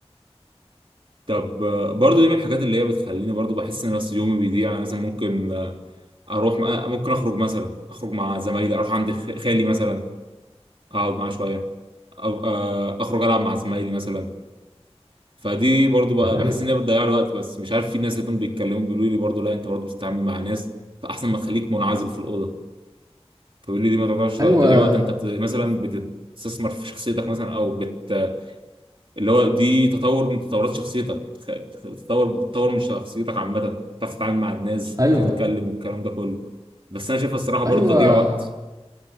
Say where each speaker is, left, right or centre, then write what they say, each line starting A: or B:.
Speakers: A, on the right; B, on the right.
A: طب آه، برضو دي من الحاجات اللي هي بتخليني برضو بحس ان نفسي يومي بيضيع يعني مثلا ممكن آه، اروح آه، ممكن اخرج مثلا اخرج مع زمايلي اروح عند خ- خالي مثلا اقعد معاه شويه أو آه، اخرج العب مع زمايلي مثلا فدي برضو بقى
B: طب فاهم
A: بحس ان هي بتضيع الوقت بس مش عارف في ناس لقيتهم بيتكلموا بيقولوا لي برضو لا انت برضو بتتعامل مع ناس فاحسن ما تخليك منعزل في الاوضه فبيقولوا لي دي ما تعتبرش
B: أيوه
A: تضييع وقت انت بت- مثلا بتستثمر في شخصيتك مثلا او بت اللي هو دي تطور من تطورات شخصيتك خ- تطور بتطور من شخصيتك عامة تعرف تتعامل مع الناس
B: أيوه
A: تتكلم والكلام ده كله بس أنا شايفها الصراحة برضه
B: أيوه
A: تضييع وقت